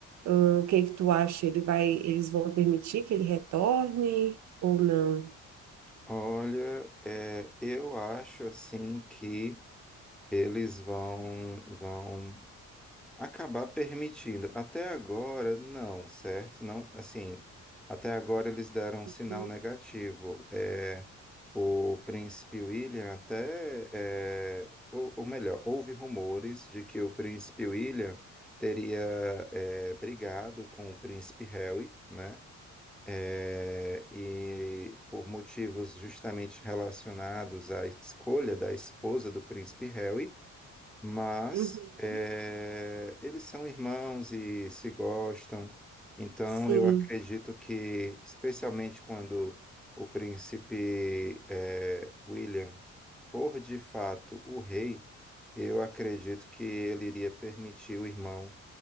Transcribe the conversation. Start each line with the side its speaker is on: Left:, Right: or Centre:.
Right: Hum, o que é que tu acha? Ele vai, eles vão permitir que ele retorne ou não?
Centre: Olha, é, eu acho assim que eles vão vão acabar permitindo. Até agora, não, certo? Não, assim, até agora eles deram um sinal
Right: Uhum.
Centre: negativo. É, o príncipe William até, é, ou, ou melhor, houve rumores de que o príncipe William teria, é, brigado com o príncipe Harry, né? É, e por motivos justamente relacionados à escolha da esposa do príncipe Harry, mas
Right: Uhum.
Centre: eh, eles são irmãos e se gostam, então
Right: Sim,
Centre: eu acredito que, especialmente quando o príncipe eh, William for de fato o rei, eu acredito que ele iria permitir o irmão